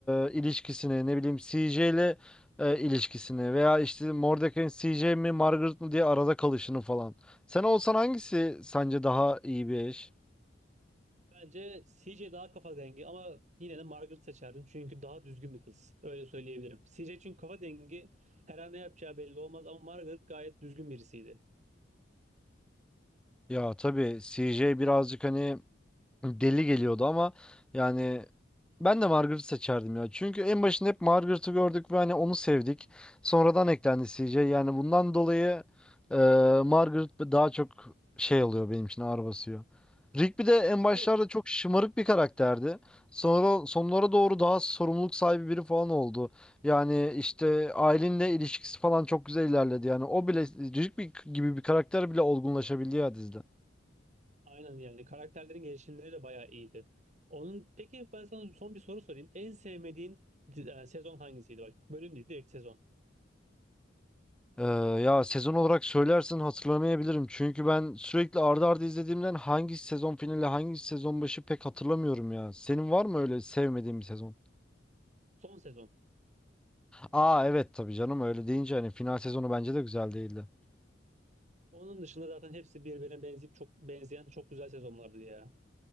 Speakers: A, in the centre; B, on the right (about 40°).
A: e, ilişkisini ne bileyim CJ ile e, ilişkisini veya işte Mordecai'nin CJ mi Margaret mı diye arada kalışını falan. Sen olsan hangisi sence daha iyi bir eş?
B: Bence CJ daha kafa dengi ama yine de Margaret seçerdim çünkü daha düzgün bir kız. Öyle söyleyebilirim. CJ için kafa dengi her an ne yapacağı belli olmaz ama Margaret gayet düzgün birisiydi.
A: Ya tabii CJ birazcık hani deli geliyordu ama yani ben de Margaret'ı seçerdim ya. Çünkü en başında hep Margaret'ı gördük ve hani onu sevdik. Sonradan eklendi CJ. Yani bundan dolayı e, Margaret daha çok şey oluyor benim için ağır basıyor. Rigby de en
B: Peki
A: başlarda çok şımarık bir karakterdi. Sonra sonlara doğru daha sorumluluk sahibi biri falan oldu. Yani işte ailenle ilişkisi falan çok güzel ilerledi. Yani o bile Rigby gibi bir karakter bile olgunlaşabildi ya dizide.
B: Aynen yani karakterlerin gelişimleri de bayağı iyiydi. Onun peki ben sana son bir soru sorayım. En sevmediğin e, sezon hangisiydi? Bak bölüm değil direkt sezon.
A: Ee, ya sezon olarak söylersen hatırlamayabilirim. Çünkü ben sürekli arda ardı izlediğimden hangi sezon finali, hangi sezon başı pek hatırlamıyorum ya. Senin var mı öyle sevmediğin bir sezon?
B: Son sezon.
A: Aa evet tabii canım öyle deyince hani final sezonu bence de güzel değildi.
B: Onun dışında zaten hepsi birbirine benzeyip çok benzeyen çok güzel sezonlardı ya.